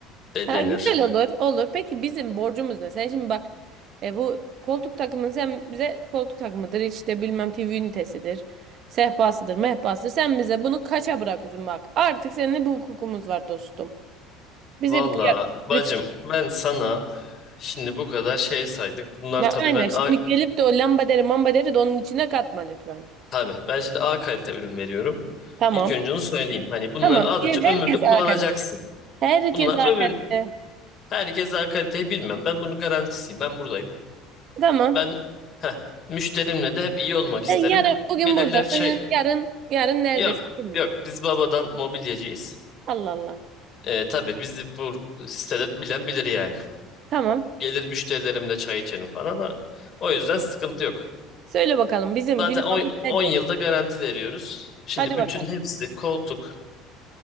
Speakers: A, on the left; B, on the right.
A: de
B: Ha,
A: denir.
B: güzel olur, olur. Peki bizim borcumuz ne? Sen şimdi bak, e, bu koltuk takımını sen bize koltuk takımıdır, işte bilmem TV ünitesidir, sehpasıdır, mehpasıdır. Sen bize bunu kaça bırakıyorsun bak. Artık seninle bu hukukumuz var dostum. Bize
A: Valla
B: bir kıyak
A: bacım
B: lütfen.
A: ben sana şimdi bu kadar şey saydık. Bunlar
B: Ya,
A: tabii
B: Aynen.
A: ben
B: Şimdi
A: A,
B: gelip de o lambaderi mambaderi de onun içine katma lütfen.
A: tabii ben şimdi A kalite ürün veriyorum.
B: Tamam.
A: İlk önce onu söyleyeyim. Hani bunları
B: Tamam.
A: alınca
B: Diğer herkes
A: ömürlük kullanacaksın.
B: arkadaş. Herkes
A: Bunlar
B: arkadaş.
A: ömür herkes A kaliteyi bilmem. Ben bunun garantisiyim. Ben buradayım.
B: Tamam.
A: Ben heh, müşterimle de hep iyi olmak isterim.
B: Sen yarın bugün
A: Gelirler
B: burada.
A: çay
B: Senin yarın yarın neredesin
A: Yok
B: kim bilir.
A: yok biz babadan mobilyacıyız.
B: Allah Allah.
A: Ee, tabii bizi bu sitede bilen bilir yani.
B: Tamam.
A: Gelir müşterilerimle çay içerim falan. O o yüzden sıkıntı yok.
B: Söyle bakalım bizim
A: Zaten
B: günahımız nedir?
A: 10 yılda garanti veriyoruz. Şimdi
B: Hadi
A: bütün
B: bakalım.
A: hepsi koltuk,